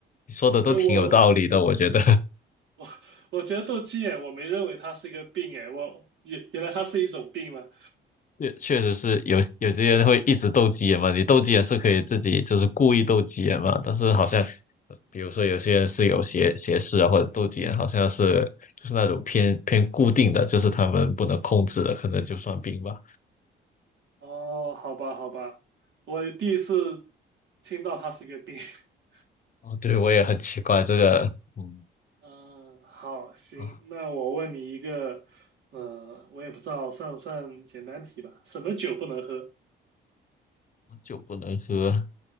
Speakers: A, on the left; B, on the right.
A: 你说的都挺有道理的，
B: 哎，我
A: 我觉得。
B: 我我觉得斗鸡眼，我没认为它是一个病，哎，我原原来它是一种病吗？
A: 确确实是有有些人会一直斗鸡眼嘛，你斗鸡眼是可以自己就是故意斗鸡眼嘛，但是好像呃比如说有些人是有斜斜视啊，或者斗鸡眼，好像是就是那种偏偏固定的，就是他们不能控制的，可能就算病吧。
B: 哦，好吧，好吧，我第一次听到它是一个病。<laughs>
A: 哦，对，我也很奇怪这个，嗯
B: 嗯，好，行，
A: 啊，
B: 那我问你一个，嗯、我也不知道算不算简单题吧？什么酒不能喝？
A: 酒不能喝，